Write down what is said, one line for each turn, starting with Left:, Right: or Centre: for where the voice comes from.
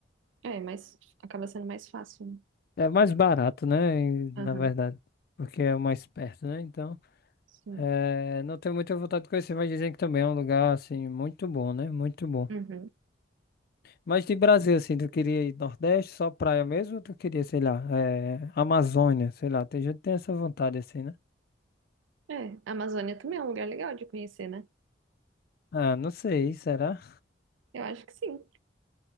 Right: É, mas acaba sendo mais fácil, né?
Left: É, é mais barato, né? E,
Right: Aham,
Left: Na verdade, porque é o mais perto, né? Então,
Right: sim.
Left: é, não tenho muita vontade de conhecer, mas dizem que também é um lugar, assim, muito bom, né? Muito bom.
Right: Uhum.
Left: Mas de Brasil, assim, tu queria ir Nordeste, só praia mesmo? Ou tu queria, sei lá, é, Amazônia, sei lá. Tem gente que tem essa vontade, assim, né?
Right: É, a Amazônia também é um lugar legal de conhecer, né?
Left: Ah, não sei, será?
Right: Eu acho que sim.